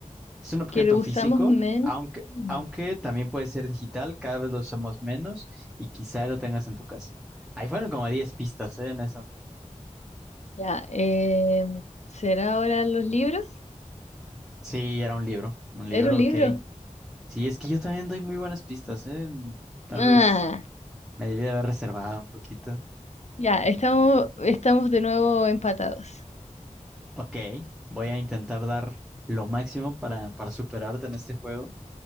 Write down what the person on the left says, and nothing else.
que lo usamos
menos.
Mm.
Ya, eh, ¿será ahora los libros?
Era un libro.
Ah,
ya, estamos, estamos de nuevo empatados.